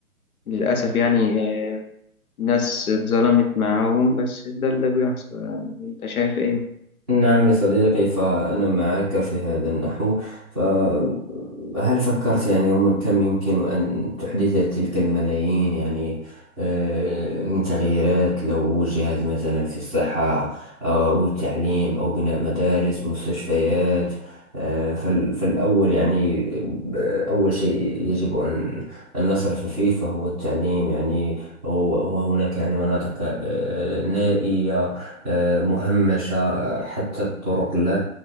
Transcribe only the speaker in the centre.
نعم يا صديقي فأنا معك في هذا النحو فهل فكرت يعني يوما كم يمكن أن تحدث تلك الملايين يعني آه، من تغييرات لو وجهت مثلا في الصحة آه، أو التعليم أو بناء مدارس مستشفيات آه، فال- فالأول يعني ب- أول شيء يجب أن أن نصرف فيه فهو التعليم يعني و- وهناك يعني مناطق آه، نائية آه، مهمشة آه، حتى الطرق لا